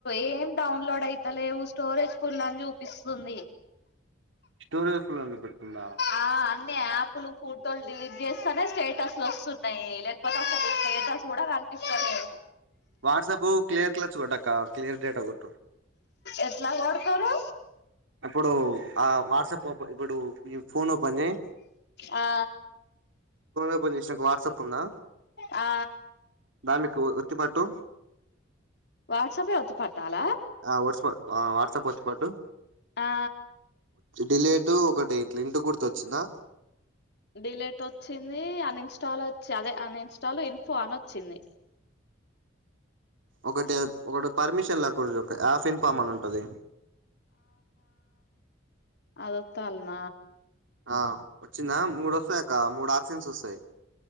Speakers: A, on the left; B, on the right.
A: ఏం డౌన్లోడ్ అయితలేవు స్టోరేజ్ ఫుల్ అని చూపిస్తుంది
B: స్టోరేజ్ ఫుల్ అని చూపెడుతుందా
A: ఆ అన్ని యాప్లు ఫోటోలు డిలీట్ చేస్తానే స్టేటస్లు వస్తున్నాయి లేకపోతే అసలు స్టేటస్ కూడా కని పిస్తలేవు
B: వాట్సాప్ క్లియర్ క్లచ్ కొట్టక్క క్లియర్ డేటా కొట్టు
A: ఎట్లా కొడుతారు
B: ఇప్పుడు ఆ వాట్సాప్ ఓపె ఇప్పుడు నీఫోన్ ఓపెన్ చేయ్
A: ఆ
B: ఓపెన్ చేసినాక వాట్సాప్ ఉందా
A: ఆ
B: దానికి ఒత్తి పట్టు
A: వాట్సాపే ఒత్తి పట్టాల
B: ఆ వాట్స వాట్సాప్ ఒత్తి పట్టు
A: ఆ
B: డిలేటు ఒకటి ఇట్ల ఇంటు గుర్తు వచ్చిందా
A: డిలేట్ వొచ్చింది అన్ ఇన్స్టాల్ వచ్చి అదే అన్ ఇన్స్టాల్ ఇన్ఫో అని వచ్చింది
B: ఒకటి ఒకటి పర్మిషన్ లేకూడదు హాఫ్ ఇన్ఫామ్ అని ఉంటది
A: అదొత్తన్న
B: ఆ వచ్చిందా మూడు వస్తాయాక్క మూడు ఆప్షన్స్ వస్తాయి